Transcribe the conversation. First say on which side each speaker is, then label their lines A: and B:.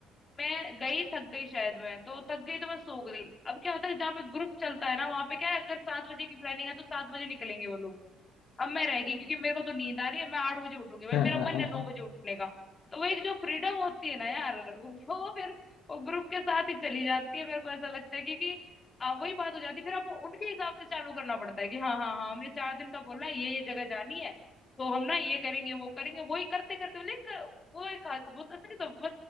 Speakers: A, on the left; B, on the left.
A: मैं गई थक गई शायद मैं तो थक गई तो मैं सो गई अब क्या होता है जहाँ पे ग्रुप चलता है ना वहां पे क्या है अगर सात बजे की प्लानिंग है तो सात बजे निकलेंगे वो लोग अब मैं रह गई क्योंकि मेरे को तो नींद आ रही है मैं आठ बजे उठूंगी भाई
B: हाँ
A: मेरा
B: हाँ
A: मन
B: हाँ
A: है नौ
B: हाँ
A: बजे उठने का तो वो एक जो फ्रीडम होती है ना यार वो फिर वो ग्रुप के साथ ही चली जाती है मेरे को ऐसा लगता है क्योंकि आ, वही बात हो जाती है फिर आपको उनके हिसाब से चालू करना पड़ता है कि हाँ हाँ हाँ हमने चार दिन का बोला है ये ये जगह जानी है तो हम ना ये करेंगे वो करेंगे वही करते करते मतलब एक- वो एक वो तो ऐसा नहीं सब